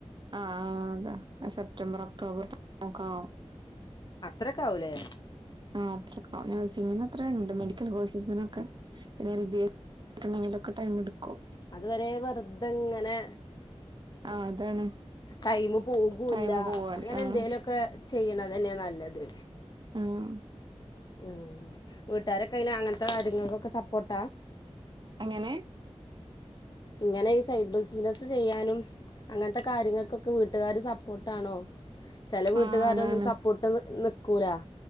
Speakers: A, on the right; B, on the left.
A: ആഹ് ആഹ് അതാ സെപ്റ്റംബർ ഒക്ടോബർ നോക്കാം.
B: അത്രയൊക്കാവൂലേ?
A: ആഹ് അത്രയൊക്കാവും നേഴ്സിങ്ങിനത്രയുണ്ട് മെഡിക്കൽ കോഴ്സസിനൊക്കെ പിന്നെ എൽ ബി എ ട്ടെങ്കിലൊക്കെ ടൈം എടുക്കും
B: അതുവരെ വെറുതെ ഇങ്ങനെ
A: ആഹ് അതാണ്.
B: ടൈമ് പോകൂല്ല
A: ടൈമ് പോവാൻ
B: അപ്പ അങ്ങനെ
A: ആഹ്
B: എന്തേലൊക്കെ ചെയ്യണതന്നെ ആ നല്ലത്.
A: ആഹ്
B: ഉം വീട്ടാരൊക്കെയ്ന് അങ്ങനത്തെ കാര്യങ്ങക്കൊക്കെ സപ്പോർട്ടാ?
A: എങ്ങനെ?
B: ഇങ്ങനെ ഈ സൈഡ് ബിസിനസ് ചെയ്യാനും അങ്ങനത്തെ കാര്യങ്ങക്കൊക്കെ വീട്ടുകാര് സപ്പോർട്ടാണോ? ചില വീട്ടുകാരൊന്നും
A: ആണാണ്
B: സപ്പോർട്ട് ന് നിക്കൂല.